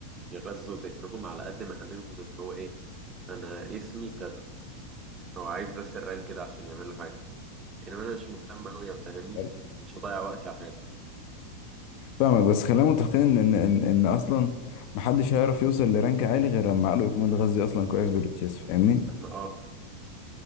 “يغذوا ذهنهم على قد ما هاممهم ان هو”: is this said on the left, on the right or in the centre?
Right